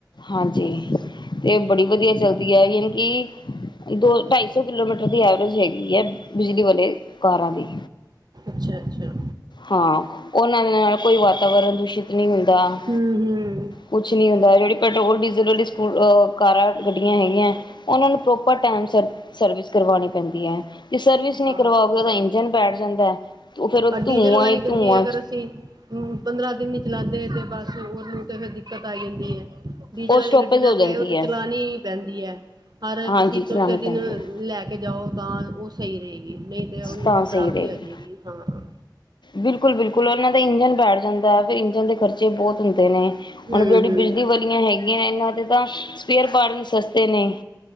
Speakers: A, on the left; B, on the right.
A: ਹਾਂਜੀ ਤੇ ਬੜੀ ਵਧੀਆ ਚੱਲਦੀ। ਯਾਨੀ ਕਿ ਦੋ ਢਾਈ ਸੌ ਕਿਲੋਮੀਟਰ ਦੀ ਐਵਰੇਜ ਹੈਗੀ ਹੈ ਬਿਜਲੀ ਵਾਲੇ ਪਕਾਰਾਂ ਦੀ।
B: ਅੱਛਾ। ਅੱਛਾ
A: ਹਾਂ, ਉਹਨਾਂ ਨਾਲ ਕੋਈ ਵਾਤਾਵਰਨ ਦੂਸ਼ਿਤ ਨਹੀਂ ਹੁੰਦਾ।
B: ਹਮ ਹਮ
A: ਕੁਛ ਨੀ ਹੁੰਦਾ। ਜਿਹੜੀ ਪੈਟਰੋਲ ਡੀਜ਼ਲ ਵਾਲੀ ਸਕੂ, ਕਾਰਾਂ ਗੱਡੀਆਂ ਹੈਗੀਆਂ ਉਹਨਾਂ ਨੂੰ ਪ੍ਰੋਪਰ ਟਾਈਮ ਸ ਸਰਵਿਸ ਕਰਵਾਉਣੀ ਪੈਂਦੀ ਹੈ ਅਤੇ ਸਰਵਿਸ ਨਹੀਂ
B: ਹਾਂ
A: ਕਰਵਾਓਗੇ
B: ਉਹ ਤੇ
A: ਉਹਦਾ
B: ਹੈ ਹੀ
A: ਇੰਜਣ
B: ਹੈ
A: ਬੈਠ ਜਾਂਦਾ, ਉਹ ਫਿਰ ਉਹ
B: ਔਰ
A: ਧੂੰਆਂ
B: ਡੀਜ਼ਲ ਵਾਲੀ
A: ਹੀ
B: ਗੱਡੀ
A: ਧੂੰਆਂ
B: ਅਗਰ ਅਸੀਂ, ਪੰਦਰਾਂ ਦਿਨ ਹੀ ਚਲਾਉਂਦੇ। ਤੇ ਬਸ ਉਹਨੂੰ ਤੇ ਫਰ ਦਿੱਕਤ ਆ ਜਾਂਦੀ ਹੈ। ਡੀਜ਼ਲ
A: ਉਹ
B: ਵਾਲੀ
A: ਸਟੋਪੇਜ
B: ਗੱਡੀ ਦਾ
A: ਹੋ ਜਾਂਦੀ
B: ਤੇ ਆ ਉਹ ਤੇ
A: ਹੈ
B: ਚਲਾਾਨੀ ਹੀ ਪੈਂਦੀ ਹੈ। ਹਰ
A: ਹਾਂਜੀ
B: ਤੁਸੀਂ
A: ਚਲਾਉਣੀ
B: ਚੌਥੇ ਦਿਨ
A: ਪੈਂਦੀ ਹੈ
B: ਲੈ ਕੇ ਜਾਓ ਤਾਂ, ਉਹ ਸਹੀ ਰਹੇਗੀ। ਨਹੀਂ ਤੇ ਉਹਨੂੰ
A: ਤਾਂ ਸਹੀ
B: ਖਰਾਬੀ
A: ਰਹੇਗੀ
B: ਆ ਜਾਏਗੀ ਹਾਂ ਹਾਂ।
A: ਬਿਲਕੁਲ ਬਿਲਕੁਲ ਉਹਨਾਂ ਦਾ ਇੰਜਣ ਬੈਠ ਜਾਂਦਾ ਹੈ ਵੀ ਇੰਜਣ ਦੇ ਖਰਚੇ ਬਹੁਤ ਹੁੰਦੇ ਨੇ।
B: ਹਮ
A: ਹੁਣ
B: ਹਮ
A: ਜਿਹੜੀ ਬਿਜਲੀ ਵਾਲੀਆਂ ਹੈਗੀਆਂ ਇਹਨਾਂ ਦੇ। ਦ ਸਪੀਅਰ ਪਾਰਟ ਵੀ ਸਸਤੇ ਨੇ,